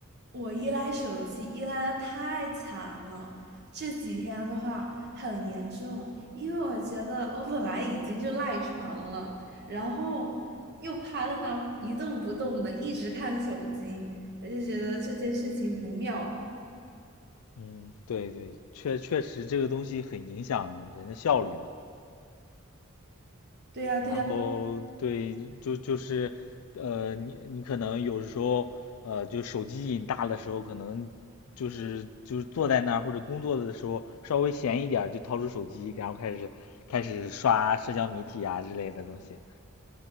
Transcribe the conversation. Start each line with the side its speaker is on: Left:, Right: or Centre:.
Right: 我依赖手机依赖的太强了，这几天的话很严重，因为我觉得我本来已经就赖床了，然后又趴在那一动不动的，一直看手机，我就觉得这件事情不妙。
Left: 嗯，对对，确确实这个东西很影响人的效率嘛。
Right: 对呀，对呀，
Left: 然后对，就就是，呃，你你可能有时候，呃，就手机瘾大的时候，可能就是就是坐在那儿或者工作的时候，稍微闲一点儿就掏出手机，然后开始开始刷社交媒体啊之类的东西，